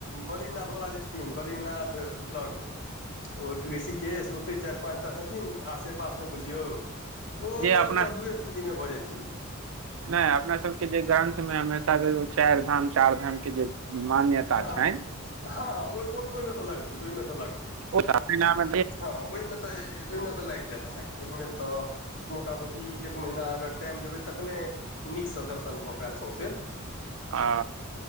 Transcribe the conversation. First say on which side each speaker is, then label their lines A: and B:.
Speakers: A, on the left (about 60°); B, on the right (about 75°).
A: बद्रीनाथ बला जे छथिन बद्रीनाथ लग ओ ऋषिकेश ओते चाएर पाँचटा छथिन आसेपास मे बुझियौ। ओ
B: जे अपना
A: तऽ दुए तीन दिन मे भऽ जाय छै।
B: नै अपना सबके जे ग्रन्थ मे हमेशा से एगो चाएर धाम, चार धामके जे मान्यता
A: हां,
B: छनि
A: हां-हां ओय ओ ओय मे तऽ लगतै, ओय मे तऽ लगतै।
B: ओ सबने नाम।
A: हँ ओहिमे तऽ ओहिमे तऽ लागि जायत अहाँकेँ ओहिमे तऽ। मोट मोटी एक महीना अगर टाइम देबै तखने। नीकसँ दर्शन भऽ पात सौसे।
B: आ।